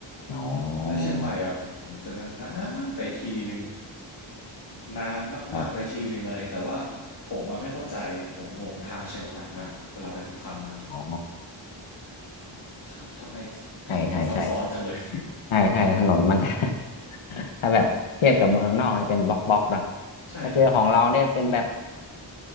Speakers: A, on the left; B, on the left.
A: อ๋อ
B: แล้วเชียงใหม่อะผมจะนานๆไปทีนึงนานมากๆไปทีนึงอะไรเงี้ยแต่ว่า
A: ครับ
B: ผมมาไม่เข้าใจผมงงทางเชียงใหม่มากเวลาไปทุกครั้งนะ
A: อ๋อ
B: ถ้าทำไม
A: ใช่ใช่ใช่
B: ถนนมันซับซ้อนจังเลย
A: ใช่ใช่ถนนมันจะ <laughs> ถ้าแบบเทียบกับเมืองนอกจะเป็นบล็อกบล็อกเนอะ
B: <laughs> ใช่
A: ถ้าเจอของเราเนี่ยเป็นแบบ